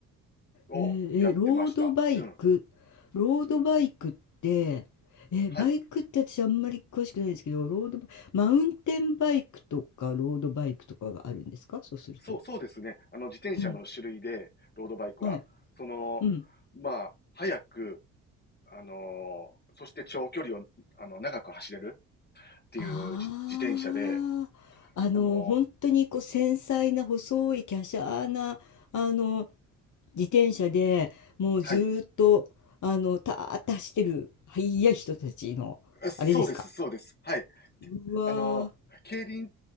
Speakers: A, on the left (about 20°); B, on the left (about 40°).
A: をやってました。
B: えーえーロードバイク、
A: うん。
B: ロードバイクって、
A: うん。
B: えーバイクって私あんまり詳しくないんですけど、
A: はい。
B: ロードバ、マウンテンバイクとかロードバイクとかがあるんですかそうすると。
A: そうそうですね。あの、自転車の種類で、
B: うん。
A: ロードバイクは。
B: はい。
A: その、
B: うん。
A: まあ、早くあの、そして長距離を、あの、長く走れるっていう自自転車で、
B: ああ、あの、
A: あの、
B: 本当にこう繊細な細い華奢な、あの、自転車でもうずーっと、
A: はい。
B: あの、たーって走ってる、速い人たちの、
A: そうです、
B: あれですか。
A: そうです。はい。
B: うわー、
A: あの、競輪